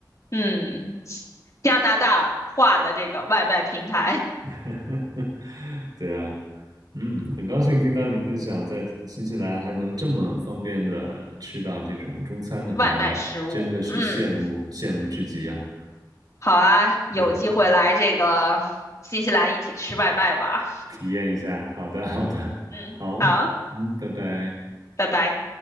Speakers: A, on the left; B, on the right.
A: 嗯，加拿大化的这个外卖平台，
B: <laughs> 呵呵呵，对啊，嗯，很高兴听到你分享在新西兰还能这么方便的吃到这种中餐的外卖，
A: <laughs> 外卖食物。
B: 真的是羡慕羡慕至极啊！
A: 嗯，好啊，有机会来这个新西兰一起吃外卖吧。
B: 嗯哼，体验一下，好的好的，
A: 嗯嗯，
B: 好，
A: 好，
B: 嗯，拜拜。
A: 拜拜。